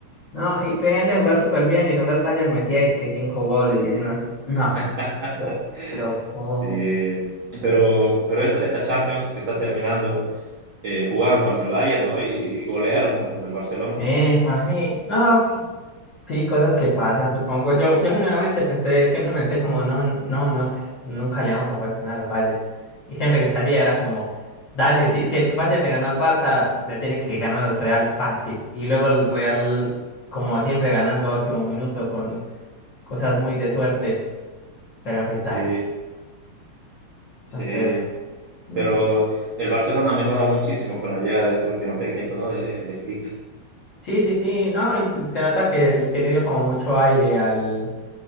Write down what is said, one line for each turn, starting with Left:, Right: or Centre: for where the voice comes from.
Left: No, y venían de jugar súper bien y luego el Bayern metía que cinco goles y uno es... No,
Right: <laughs>
Left: pero, pero ¿cómo?
Right: Sí, pero, pero esta, esta Champions que está terminando, eh, jugaron contra el Bayern, ¿no? Y golearon los del Barcelona.
Left: Eh, parce, no, que- sí, cosas que pasan, supongo. Yo, yo generalmente pensé, siempre pensé como, no, no, no, pues nunca le vamos a poder ganar al Bayern. Y siempre que salía era como, dale, si, si el Bayern le ganó al Barça, le tiene que ganar al Real fácil. Y luego el Real, como siempre, ganando a último minuto con cosas muy de suerte, pero pues
Right: Sí,
Left: dale.
Right: sí.
Left: Entonces... mm,
Right: Pero el Barcelona ha mejorado muchísimo con la llegada de este último técnico, ¿no? De, de Flick.
Left: Sí, sí, sí, no, y se se nota que él- se le dio como mucho aire al,